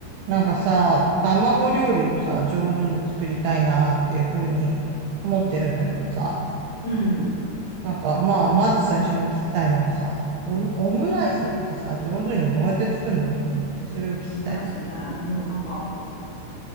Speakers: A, on the right (about 80°); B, on the left (about 65°).
A: なんかさ、卵料理をさ、上手に作りたいなっていうふうに思ってるんだけどさ、
B: うん。
A: なんかまあ、まず最初に聞きたいのがさ、オム、オムライスってさ、上手にどうやって作るのと思って、それを聞きたい。
B: オムライスね。もうなんか、